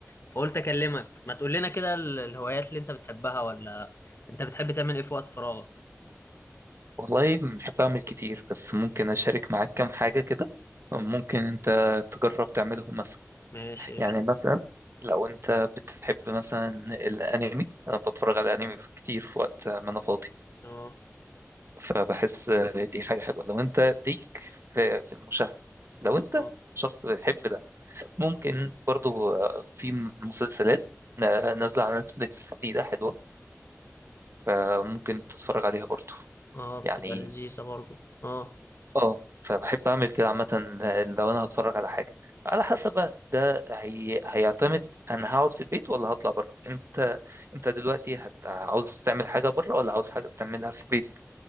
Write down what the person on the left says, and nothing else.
فقلت اكلمك ما تقول لنا كده ال- الهوايات اللي انت بتحبها ولا انت بتحب تعمل ايه في وقت فراغك
ماشي
قشطة.
اه
اه
اه بتبقى
لذيذه برضو اه